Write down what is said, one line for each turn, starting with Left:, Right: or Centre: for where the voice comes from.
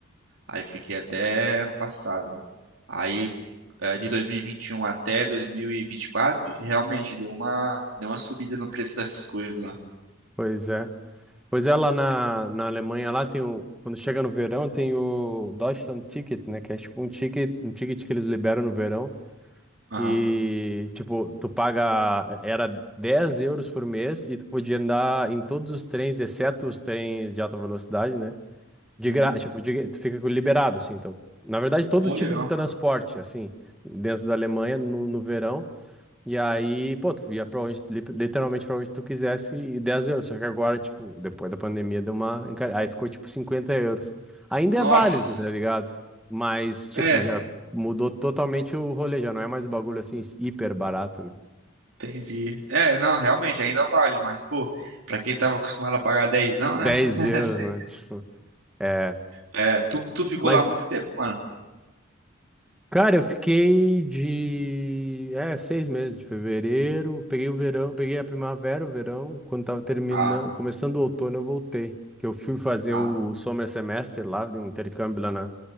Right: Aí fiquei até ano passado. Aí, é, de 2021 até 2024, realmente deu uma, deu uma subida no preço das coisas lá.
Centre: pois é. Pois é, lá na, na Alemanha, lá tem o. Quando chega no verão, tem o Deutschland Ticket, né? Que é tipo um ticket, um ticket que eles liberam no verão
Right: Aham.
Centre: E, tipo, tu paga, era 10 euros por mês e tu podia andar em todos os trens, exceto os trens de alta velocidade, né? De
Right: Uhum.
Centre: gra... tipo, de- tu fica liberado, assim. Então, na verdade, todo
Right: Pô,
Centre: tipo
Right: legal.
Centre: de transporte, assim, dentro da Alemanha, no, no verão. E aí, pô, tu ia pra onde, li- literalmente pra onde tu quisesse e 10 euros. Só que agora, tipo, depois da pandemia deu uma. encar- Aí ficou tipo 50 euros. Ainda
Right: Nossa.
Centre: é válido, tá ligado? Mas, tipo,
Right: É.
Centre: já mudou totalmente o rolê, já não é mais o bagulho assim, hiper barato, né?
Right: Entendi. É, não, realmente ainda vale, mas, pô, pra quem tava acostumado a pagar dezão,
Centre: dez
Right: né? <laughs>
Centre: euros,
Right: Sim.
Centre: né? Tipo, é.
Right: É, tu, tu ficou
Centre: Mas
Right: lá muito tempo, mano?
Centre: Cara, eu fiquei de, é, seis meses de fevereiro, peguei o verão, peguei a primavera, o verão, quando tava terminando,
Right: Ah,
Centre: começando o outono eu voltei, que eu fui fazer
Right: ah,
Centre: o summer semester lá, de um intercâmbio lá na,